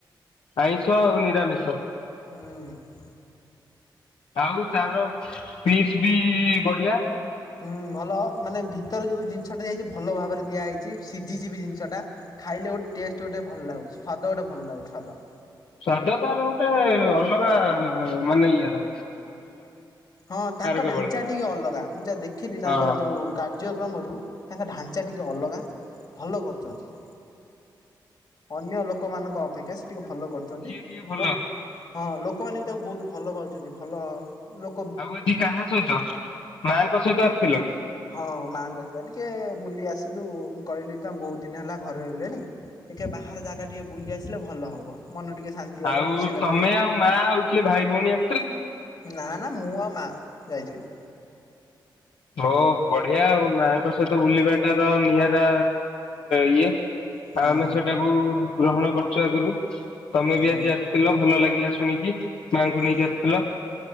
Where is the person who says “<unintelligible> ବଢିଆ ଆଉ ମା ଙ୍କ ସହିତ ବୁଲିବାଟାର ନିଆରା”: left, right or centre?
Left